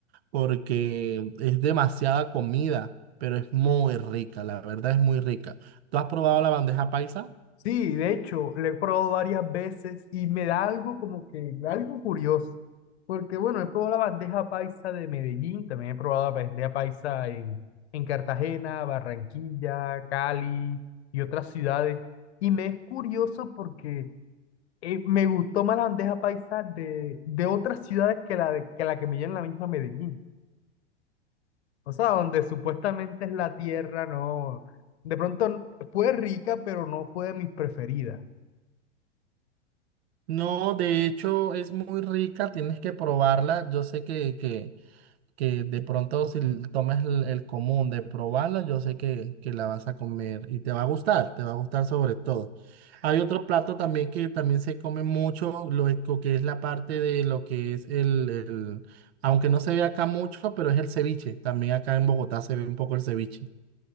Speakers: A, on the right; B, on the left.
A: porque es demasiada comida, pero es muy rica, la verdad es muy rica. ¿Tú has probado la bandeja paisa?
B: Sí, de hecho, lo he probado varias veces y me da algo como que, algo curioso. Porque bueno, he probado la bandeja paisa de Medellín, también he probado la bandeja paisa en, en Cartagena, Barranquilla, Cali y otras ciudades. Y me es curioso porque eh, me gustó más la bandeja paisa de, de otras ciudades que la, de- que la que me dio en la misma Medellín. O sea, donde supuestamente es la tierra, no. De pronto fue rica, pero no fue de mis preferidas.
A: No, de hecho es muy rica, tienes que probarla. Yo sé que, que que de pronto si l- tomas el, el común de probarla, yo sé que, que la vas a comer y te va a gustar, te va a gustar sobre todo. Hay otro plato también que también se come mucho, lo e- co- que es la parte de lo que es el, el- aunque no se ve acá mucho, pero es el ceviche. También acá en Bogotá se ve un poco el ceviche.